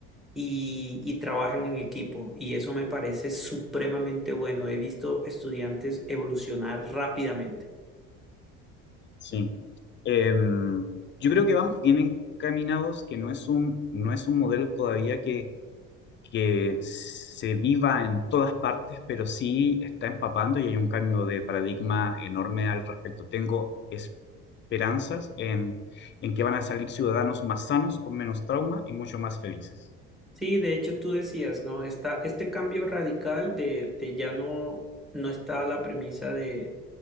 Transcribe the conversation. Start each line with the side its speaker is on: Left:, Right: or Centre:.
Centre: y, y trabajan en equipo y eso me parece supremamente bueno. He visto estudiantes evolucionar rápidamente.
Left: Sí. Em, yo creo que vamos bien encaminados, que no es un, no es un modelo todavía que que se viva en todas partes, pero sí está empapando y hay un cambio de paradigma enorme al respecto. Tengo esperanzas en, en que van a salir ciudadanos más sanos, con menos trauma y mucho más felices.
Centre: Sí, de hecho tú decías, ¿no? Está este cambio radical de, de ya no, no está la premisa de,